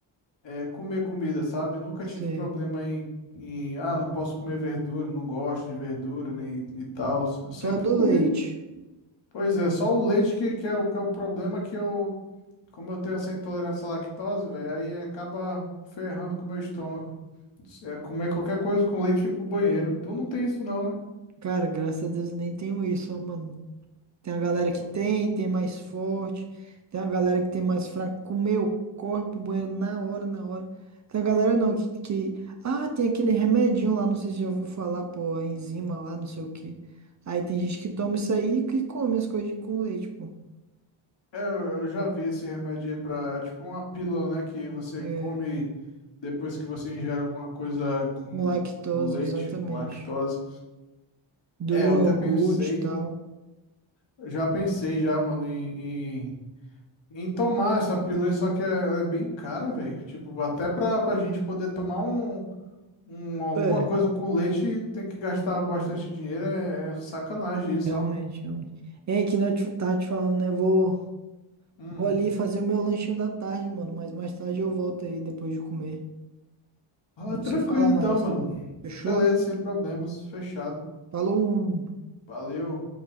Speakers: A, on the left; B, on the right.
A: é, comer comida, sabe? Nunca
B: sei.
A: tive problema em, em, ah, não posso comer verdura, não gosto de verdura nem, e tal. Eu sempre
B: Só o do
A: comi
B: leite.
A: Pois é, só o leite que, que é o, que é o problema que eu, como eu tenho essa intolerância à lactose, velho, aí acaba ferrando com o meu estômago. É comer qualquer coisa com leite e ir pro banheiro. Tu não tem isso não, né?
B: Cara, graças a Deus eu nem tenho isso, ó, mano. Tem a galera
A: Pô,
B: que tem, tem mais forte. Tem a galera que tem mais fraco. Comeu, corre pro banheiro na hora, na hora. Tem a galera não que, que... Ah, tem aquele remedinho lá, não sei se já ouviu falar, pô, a enzima lá, não sei o quê. Aí tem gente que toma isso aí e que come as coisas com leite, pô.
A: Eu, eu já vi esse remédio aí pra, é tipo uma pílula, né, que você
B: É,
A: come depois que você ingere alguma coisa com,
B: com lactose,
A: com leite,
B: exatamente.
A: com lactose.
B: Do
A: É,
B: iogurte
A: eu até pensei,
B: e tal.
A: eu já pensei já, mano, em, em, em tomar essa pílula aí, só que ela é bem cara, velho. Tipo, até pra, pra gente poder tomar um, um, alguma
B: É,
A: coisa com leite, tem que gastar bastante dinheiro, é, é sacanagem isso,
B: realmente,
A: ó.
B: realmente. É que nem eu te- tava te falando, né? Vou,
A: Hum.
B: vou ali fazer o meu lanchinho da tarde, mano. Mas mais tarde eu volto aí depois de comer.
A: Ah,
B: A gente
A: tranquilo
B: se fala
A: então,
B: mais.
A: mano.
B: Fechou?
A: Beleza, sem problemas, fechado.
B: Falou!
A: Valeu.